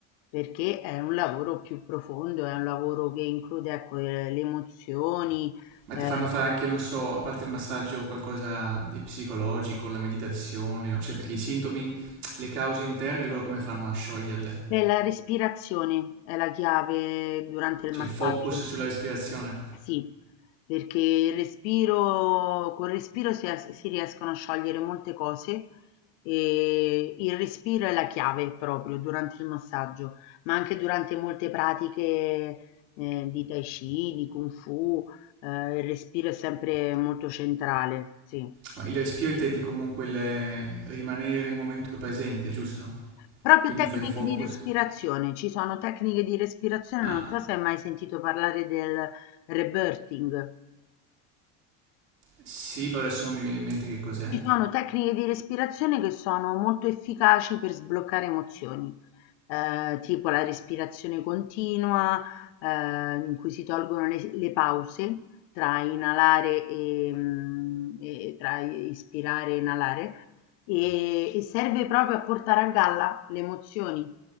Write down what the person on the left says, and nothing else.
Perché è un lavoro più profondo, è un lavoro che include, ecco, eh, le emozioni,
eh,
e la respirazione è la chiave durante il
massaggio.
Sì, perché il respiro, col respiro si, as- si riescono a sciogliere molte cose e il respiro è la chiave proprio durante il massaggio, ma anche durante molte pratiche eh, di Tai Chi, di Kung Fu, eh, il respiro è sempre molto centrale, sì.
Proprio
tecniche
di respirazione, ci sono tecniche di respirazione,
non so se hai mai sentito parlare del rebirthing.
Ci sono tecniche di respirazione che sono molto efficaci per sbloccare emozioni, ehm, tipo la respirazione continua, ehm, in cui si tolgono le s le pause tra inalare, ehm, e tra ispirare e inalare, e e serve proprio a portare a galla le emozioni.